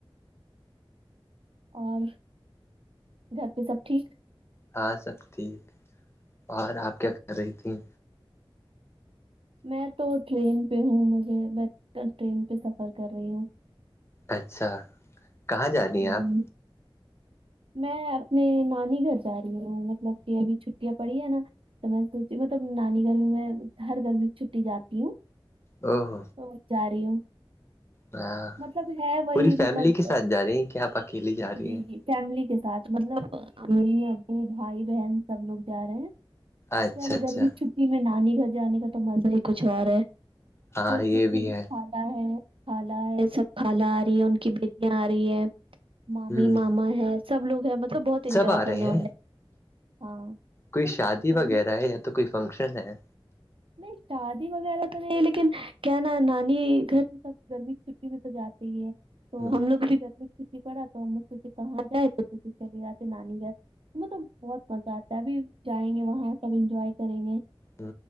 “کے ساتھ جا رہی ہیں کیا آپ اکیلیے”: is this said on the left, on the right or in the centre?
Left